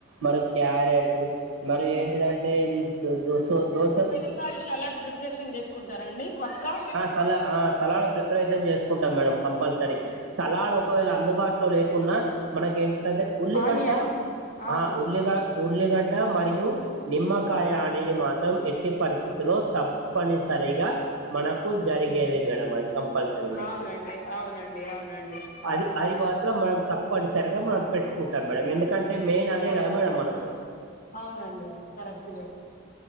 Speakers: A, on the right (about 75°); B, on the left (about 40°).
A: మరి క్యారెట్ మరి ఏంటిదంటే టే ఇది దో సో దో సో
B: ఒకసారి సలాడ్ ప్రిపరేషన్ చేసుకుంటారా అండి పక్కా
A: సల ఆ సలాడ్ ప్రిపరేషన్ చేసుకుంటాం మేడం కంపల్సరీ సలాడ్ ఒకవేళ అందుబాటులో లేకుండా మనకి ఏంటంటే ఉల్లీగడ్డా
B: ఆనియన్ అవును
A: ఆ ఉల్లిగా
B: అవును
A: ఉల్లిగడ్డ మరియు నిమ్మకాయ అనేది మాత్రం ఎట్టి పరిస్థితులో తప్పనిసరిగా మనకు జరిగేది మేడం అది కంపల్సరీ మనకు
B: అవునండి అవునండి అవునండి
A: అది అది మాత్రం మనం తప్పనిసరిగా మనం పెట్టుకుంటాం మేడం ఎందుకు కంటే మెయిన్ అదే
B: అవును
A: గా మేడం మనకు
B: అవునండి కరెక్ట్గా